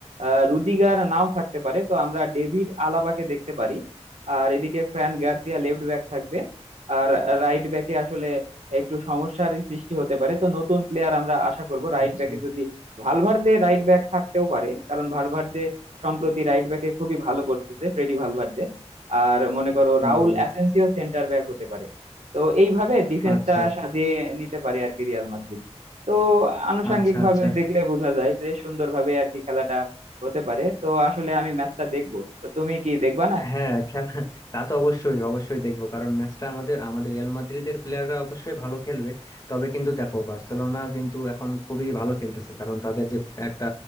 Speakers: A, on the right; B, on the left.
A: আহ, রুদিগার নাও থাকতে পারে তো আমরা ডেভিড আলাবাকে দেখতে পারি আর এদিকে ফ্রান গার্সিয়া লেফট ব্যাক থাকবে আর রাইট ব্যাকে আসলে একটু সমস্যার সৃষ্টি হতে পারে তো নতুন প্লেয়ার আমরা আশা করব রাইট
B: আচ্ছা
A: ব্যাকে যদি ভালভার্দে রাইট ব্যাক থাকতেও পারে কারণ ভালভার্দে সম্প্রতি রাইট ব্যাকে খুবই ভালো করতেছে ফ্রেডি ভালভার্দে আর মনে করো
B: উম,
A: রাউল অ্যাসেন্সিও সেন্টার ব্যাক হতে পারে তো এইভাবে ডিফেন্সটা
B: আচ্ছা
A: সাজিয়ে নিতে পারে আর কি রিয়াল মাদ্রিদ তো আনুষাঙ্গিক
B: আচ্ছা
A: ভাবে
B: আচ্ছা
A: দেখলে বোঝা যায় যে সুন্দরভাবে আর কি খেলাটা হতে পারে তো আসলে আমি ম্যাচটা দেখবো তো তুমি কি দেখবা না
B: হ্যাঁ খেলা তা তো অবশ্যই অবশ্যই দেখবো কারণ ম্যাচটা আমাদের আমাদের রিয়াল মাদ্রিদের প্লেয়াররা অবশ্যই ভালো খেলবে তবে কিন্তু দেখো বার্সেলোনা কিন্তু এখন খুবই ভালো খেলতেছে কারণ তাদের যে একটা